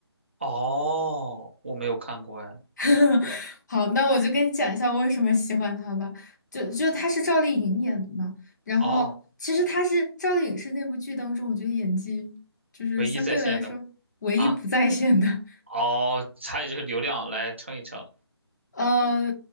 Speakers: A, on the right; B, on the left.
A: 哦，我没有看过哎。
B: <laughs> 好，那我就跟你讲一下我为什么喜欢他吧。就就他是赵丽颖演的嘛，然后其实他是赵丽颖是那部剧当中，
A: 哦，
B: 我觉得演技就是相对来说唯一不在线的。
A: 唯一在线的。啊，哦，它以就是流量来称一称，
B: 呃，